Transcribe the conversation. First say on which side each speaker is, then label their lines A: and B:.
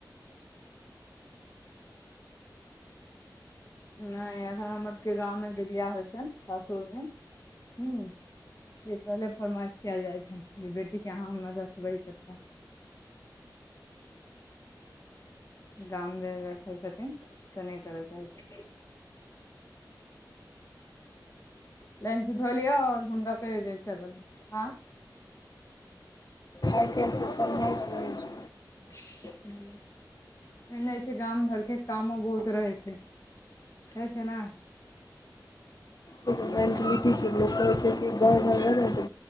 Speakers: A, on the left (about 45°); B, on the left (about 60°).
A: नै अखन हमर सबके गाँवमे जे बिआह होइ छैय सासुरमे हूँ। से पहिले फरमाइश कयल जाइ छैय जे बेटीके अहाँ हमर रखबै कतऽ। गाम में रखे छथिन तऽ ने करैला चाहे छैय। लंच धो लिहा और हुनका कहियो जे चलल हाँ।
B: आइ के छोरी सब ने सुनें छैय।
A: <unintelligible> एने छै गाम घरके कामो बहुत रहै छै है छै न।
B: केकरो
A: लोक
B: मेन्टलिटी छै लोक कहै छै कि गाँव घरमे